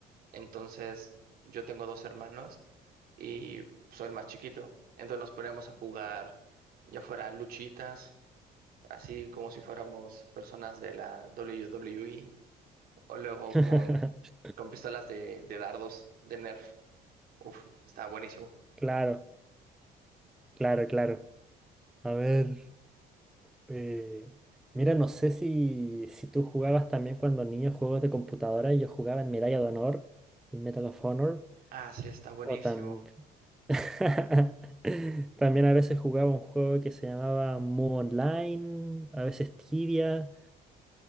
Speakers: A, on the right; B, in the centre.
A: Entonces, yo tengo dos hermanos y soy el más chiquito. Entonces nos poníamos a jugar, ya fuera luchitas, así como si fuéramos personas de la WWE, o luego
B: <laughs>
A: con, con pistolas de, de dardos, de Nerf. Uf, está buenísimo.
B: Claro, claro, claro. A ver. Eh, mira, no sé si, si tú jugabas también cuando niño juegos de computadora. Yo jugaba en Medalla de Honor, el Medal of Honor,
A: Ah, sí, está buenísimo.
B: o tam- <laughs> también a veces jugaba un juego que se llamaba Mu Online, a veces Tibia.